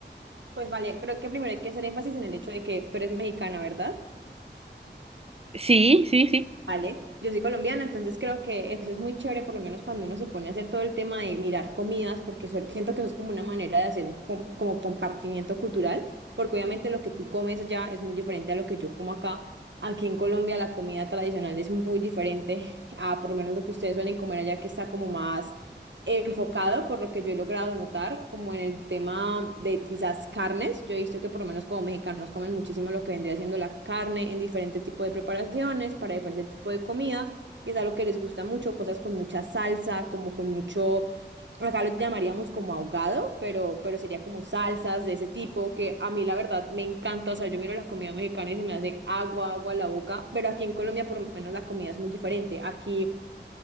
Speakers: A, on the right; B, on the right.
A: Pues vale, creo que primero hay que hacer énfasis en el hecho de que tú eres mexicana, ¿verdad?
B: Sí, sí, sí.
A: Vale, yo soy colombiana, entonces creo que eso es muy chévere, por lo menos cuando uno se pone a hacer todo el tema de mirar comidas, porque eso- siento que eso es como una manera de hacer un co- como compartimiento cultural, porque obviamente lo que tú comes allá es muy diferente a lo que yo como acá. Aquí en Colombia la comida tradicional es muy diferente a por lo menos lo que ustedes suelen comer allá, que está como más enfocado, por lo que yo he logrado notar, como en el tema de quizás carnes. Yo he visto que por lo menos como mexicanos comen muchísimo lo que vendría siendo la carne en diferentes tipos de preparaciones, para diferentes tipos de comida. Es algo que les gusta mucho, cosas con mucha salsa, como con mucho, acá lo llamaríamos como ahogado, pero, pero sería como salsas de ese tipo, que a mí la verdad me encanta. O sea, yo miro la comida mexicana y se me hace agua, agua a la boca, pero aquí en Colombia por lo menos la comida es muy diferente. Aquí...